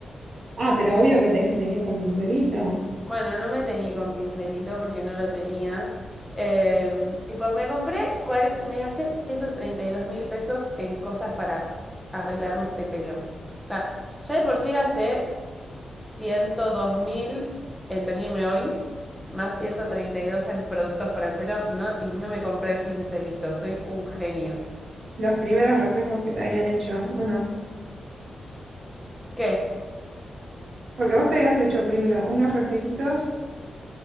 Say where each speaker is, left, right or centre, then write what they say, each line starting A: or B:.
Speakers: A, on the right (about 65°); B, in the centre.
A: Ah, pero obvio que tenés que teñir con pincelito.
B: Bueno, no me teñí con pincelito porque no lo tenía. Eh, tipo, me compré, cuare- me gasté 132 mil pesos en cosas para arreglarme este pelo. O sea, ya de por sí gasté ciento dos mil en teñirme hoy, más 132 en productos para el pelo, no, y no me compré el pincelito, soy un genio.
A: Los primeros reflejos que te habían hecho, ¿o no?
B: ¿Qué?
A: Porque vos te habías hecho primero unos reflejitos